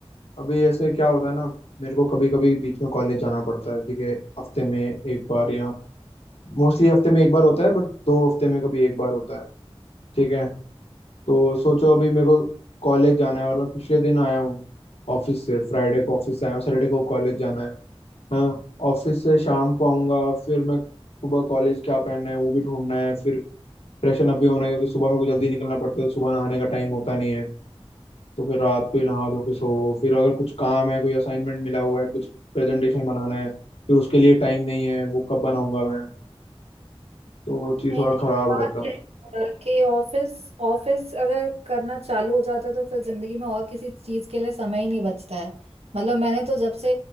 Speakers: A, on the left; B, on the right.
A: अभी ऐसे क्या होता है ना मेरे को कभी कभी बीच में कॉलेज जाना पड़ता है ठीक है हफ्ते में एक बार या मोस्टली हफ्ते में एक बार होता है बट दो हफ्ते में कभी एक बार होता है ठीक है तो सोचो अभी मेरे को कॉलेज जाना है और मैं पिछले दिन आया हूँ ऑफिस से फ्राइडे को ऑफिस से आया हूँ सैटरडे को कॉलेज जाना है हाँ ऑफिस से शाम को आऊंगा फिर मैं सुबह कॉलेज क्या पहनना है वो भी ढूंढना है फिर फ्रेशन अप भी होना है क्योंकि सुबह में को जल्दी निकलना पड़ता है तो सुबह नहाने का टाइम होता नहीं है तो फिर रात को ही नहा धो के सो फिर अगर कुछ काम है कोई असाइनमेंट मिला हुआ है कुछ प्रेजेंटेशन बनाना है फिर उसके लिए टाइम नहीं है वो कब बनाऊंगा मैं तो वो चीज़
B: नहीं
A: थोड़ा
B: नहीं
A: खराब
B: बात
A: रहता है
B: है अ, कि ऑफिस ऑफिस अगर करना चालू हो जाता है तो फिर जिंदगी में और किसी चीज के लिए समय ही नहीं बचता है मतलब मैंने तो जब से